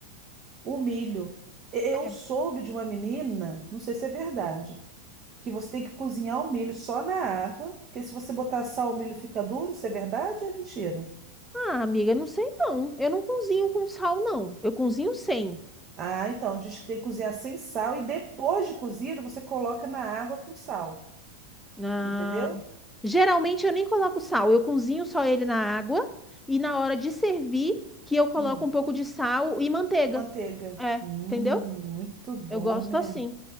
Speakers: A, on the right (about 40°); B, in the centre.
A: o milho. E- Eu
B: É.
A: soube de uma menina, não sei se é verdade que você tem que cozinhar o milho só na água, porque se você botar sal, o milho fica duro. Isso é verdade ou é mentira?
B: Ah, amiga, não sei não. Eu não cozinho com sal, não. Eu cozinho sem.
A: Ah, então, diz que tem que cozinhar sem sal e depois de cozido você coloca na água com sal,
B: Ah,
A: entendeu?
B: geralmente eu nem coloco sal, eu cozinho só ele na água e na hora de servir que eu coloco
A: Hum.
B: um pouco de sal e manteiga.
A: Manteiga.
B: É,
A: Hum,
B: entendeu?
A: muito bom,
B: Eu gosto
A: né?
B: assim.